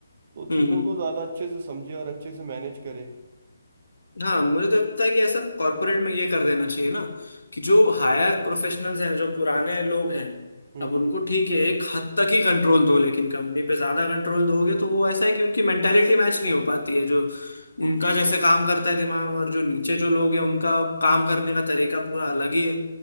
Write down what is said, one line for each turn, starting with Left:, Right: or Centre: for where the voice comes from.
Right: तो चीजों
Left: हम्म हम्म
Right: को ज्यादा अच्छे से समझे और अच्छे से मैनेज करे
Left: हाँ मुझे तो लगता है कि ऐसा कॉर्पोरेट में ये कर देना चाहिए ना कि जो हायर प्रोफेशनल्स हैं जो पुराने लोग हैं
Right: हम्म
Left: अब उनको
Right: हम्म।
Left: ठीक है एक हद तक ही कंट्रोल दो लेकिन कंपनी पे ज्यादा कंट्रोल दोगे तो वो ऐसा है कि उनकी मेंटेलिटी मैच नहीं हो पाती है जो उनका जैसे काम करता है दिमाग और जो नीचे जो लोग हैं उनका काम करने का तरीका पूरा अलग ही है